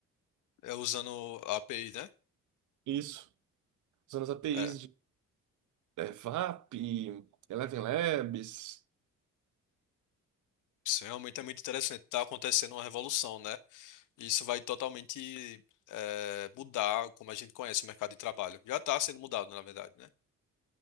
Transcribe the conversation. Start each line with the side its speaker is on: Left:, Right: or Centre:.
Left: É usando a API, né?
Right: Isso, usando as APIs
Left: É,
Right: de é, VAP, Eleven Labs,
Left: isso realmente é muito interessante. Está acontecendo uma revolução, né? E isso vai totalmente eh, mudar como a gente conhece o mercado de trabalho. Já está sendo mudado, na verdade, né?